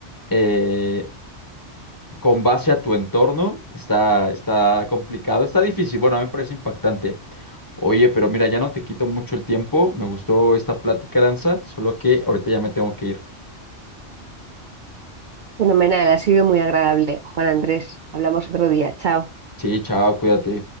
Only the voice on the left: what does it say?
eh, con base a tu entorno, está, está complicado, está difícil. Bueno, a mí me parece impactante. Oye, pero mira, ya no te quito mucho el tiempo. Me gustó esta plática, Danza, solo que ahorita ya me tengo que ir.
Sí, chao, cuídate.